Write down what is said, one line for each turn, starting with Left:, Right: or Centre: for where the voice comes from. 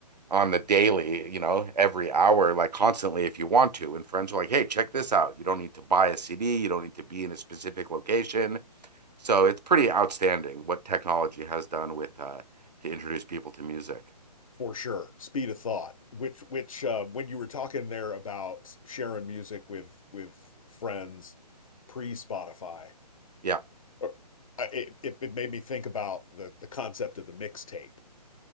Right: on the daily, you know, every hour, like constantly if you want to. And friends are like, hey, check this out. You don't need to buy a CD, you don't need to be in a specific location. So it's pretty outstanding what technology has done with uh, to introduce people to music.
Left: For sure, speed of thought. Which, which, uh, when you were talking there about sharing music with with friends pre-Spotify,
Right: Yeah.
Left: or- I- it, it it made me think about the the concept of the mixtape.